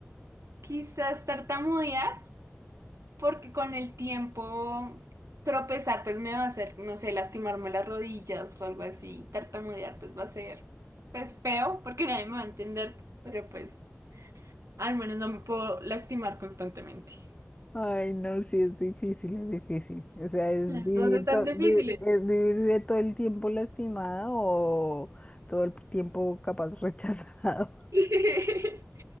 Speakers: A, on the right; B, on the left.
A: quizás tartamudear, porque con el tiempo tropezar, pues me va a hacer, no sé, lastimarme las rodillas o algo así. Tartamudear, pues va a ser, pues feo, porque nadie me va a entender, pero pues al menos no me puedo lastimar constantemente.
B: Ay, no, sí, es difícil, es difícil. O sea, es
A: Las
B: vivir,
A: dos están
B: to-
A: difíciles.
B: vi- es vivir de todo el tiempo lastimada o todo el tiempo capaz <laughs> rechazado.
A: <laughs>